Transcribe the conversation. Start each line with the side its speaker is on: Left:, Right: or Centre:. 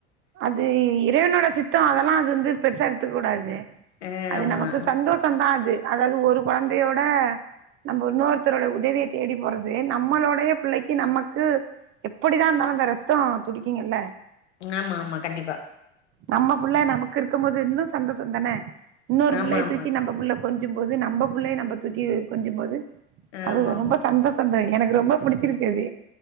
Right: அது இறைவனோட சித்தொ அதெல்லா அது வந்து பெருசா எடுத்துக்க கூடாது
Left: ஆ
Right: அது
Left: ஆமா
Right: நமக்கு சந்தோஷோ தா அது அதாவது ஒரு கொழந்தையோட நம்ம இன்னோர்த்தோருடைய உதவிய தேடி போறது நம்மளோடைய பிள்ளைக்கு நமக்கு எப்படிதா இருந்தாலோ இந்த ரத்தோ துடிக்கும்ல
Left: ஆமா ஆமா கண்டிப்பா
Right: நம்ம புள்ள நமக்கு இருக்கும் போது இன்னும் சந்தோஷம் தானே இன்னொரு
Left: ஆமா
Right: புள்ளை
Left: ஆமா
Right: தூக்கி நம்ம புள்ள கொஞ்சம் போது நம்ம புள்ளய நம்ம தூக்கி கொஞ்சும் போது அது
Left: ஆமா ஆமா
Right: ரொம்ப சந்தோஷோந்தே எனக்கு ரொம்ப புடிச்சிருச்சு அது